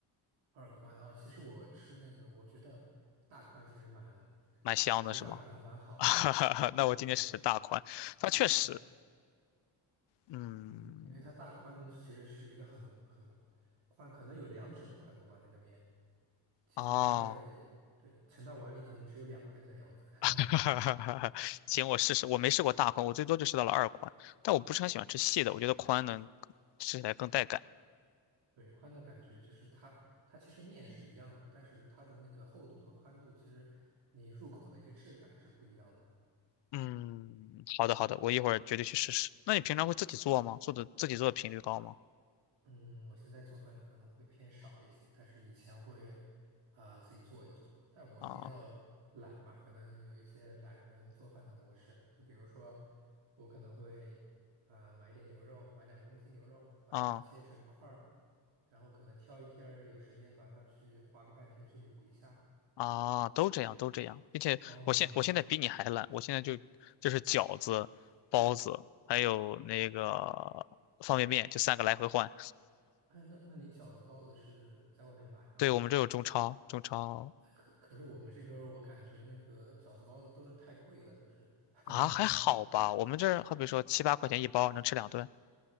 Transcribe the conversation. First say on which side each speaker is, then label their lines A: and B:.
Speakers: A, on the right; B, on the left.
A: 二宽啊。其实我吃那个，我觉得大宽其实蛮
B: 蛮香的，
A: 口感蛮蛮好的，
B: 是吗？<laughs> 哈哈哈那我今天试试大宽，
A: 对对，
B: 它确实，
A: 它
B: 嗯，
A: 嗯，因为它大宽其实是一个很很宽，可能有两指的宽度吧，那个面其实大概
B: 哦。
A: 对盛到碗里可能只有两根的样子。<laughs>
B: <laughs> 哈哈哈哈行，我试试。我没试过大宽，我最多就试到了二宽，但我不是很喜欢吃细的，我觉得宽能吃起来更带感。
A: 对，宽的感觉就是它，它其实面是一样的，但是它的那个厚度和宽度，其实你入口的一个质感是不一样的。
B: 嗯，好的好的，我一会儿绝对去试试。那你平常会自己做吗？做的自己做的频率高吗？
A: 嗯，我现在做饭可能会偏少一些，但是以前会啊、自己做一做。但我比较懒嘛，
B: 啊
A: 可能有一些懒人做饭的模式，就比如说我可能会啊、买点牛肉，买两公斤牛肉，把它切成块儿，
B: 啊
A: 然后可能挑一天儿有时间把它去花个半天去卤一下。
B: 啊，都这样都这样，并且我现我现在比你还懒，
A: 哦，
B: 我现在就就是饺子、包子，还有那个方便面，就三个来回换。
A: 哎，那那你饺子包子是在外面买吗？
B: 对，
A: 还是
B: 我们这有中超，中超
A: 可可是我们这边儿我感觉那个饺子包子都是太贵了，就是。<laughs>
B: 啊还好吧，我们这儿好比说七八块钱一包，能吃两顿。